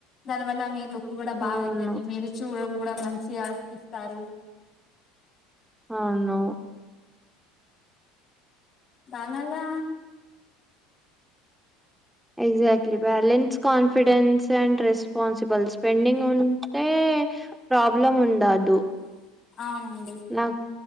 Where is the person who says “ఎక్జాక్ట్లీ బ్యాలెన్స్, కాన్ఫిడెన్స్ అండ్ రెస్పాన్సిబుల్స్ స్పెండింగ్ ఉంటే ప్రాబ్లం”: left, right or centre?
Centre